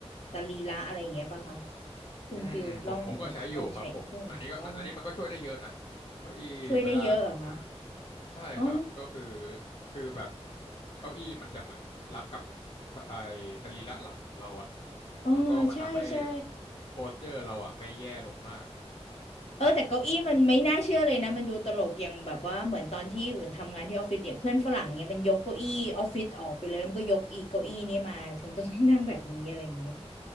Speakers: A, on the left; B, on the left.
A: สรีระอะไรอย่างเงี้ยป่ะคะคุณฟิลลอง
B: อืมอืมผมผมก็ใช้อยู่ครับผมอันนี้ก็มันอันนี้มันก็ช่วยได้เยอะนะ
A: ลองใช้อีกพวกนี้อ๋อ
B: เก้าอี้เวลาทำงาน
A: ช่วยได้เยอะเหรอคะ
B: ใช่ครับก็คือ
A: อ๋อ
B: คือแบบเก้าอี้มันจะเหมือนรับกับสไอ้สรีระหลังของเราอะ
A: อ๋อใช่ใช่
B: แล้วก็มันทำให้โพสเจอร์เราอะไม่แย่ลงมาก
A: เออแต่เก้าอี้มันไม่น่าเชื่อเลยนะมันดูตลกอย่างแบบว่าเหมือนตอนที่อุ่นทำงานที่ออฟฟิศเนี่ยเพื่อนฝรั่งเนี่ยมันยกเก้าอี้ออฟฟิศออกไปเลยแล้วมันก็ยกอีเก้าอี้นี้มาฉันต้องนั่งแบบนี้อะไรอย่างนี้